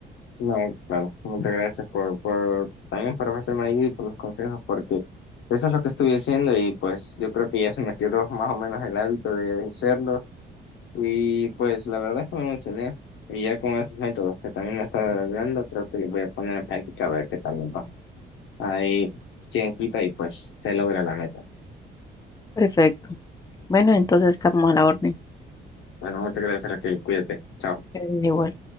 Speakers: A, on the left; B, on the left.
A: No, claro, muchas gracias por, por también por ofrecerme la ayuda y por los consejos, porque eso es lo que estuve haciendo y pues yo creo que ya se me quedó más o menos el hábito de hacerlo y pues la verdad es que me emocioné y ya con estos métodos que también me está dando, creo que les voy a poner en práctica a ver qué tal me va. Ahí quien quita y pues se logra la meta.
B: Perfecto. Bueno, entonces estamos a la orden.
A: Bueno, muchas gracias, Raquel, cuídate, chao.
B: Eh, Igual.